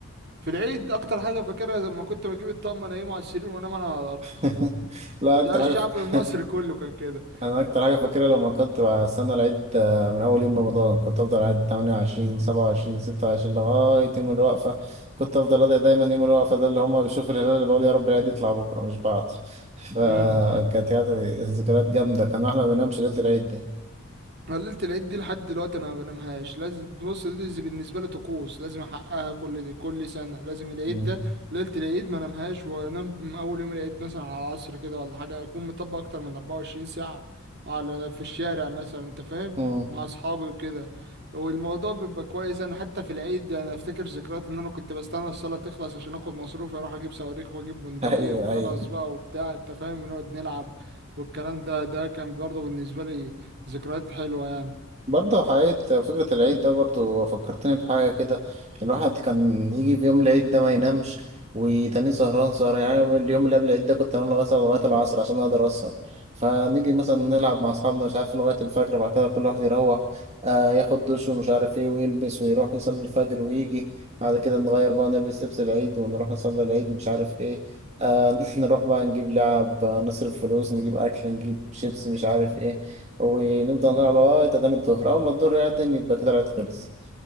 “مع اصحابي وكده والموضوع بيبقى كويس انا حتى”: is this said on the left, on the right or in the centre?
Right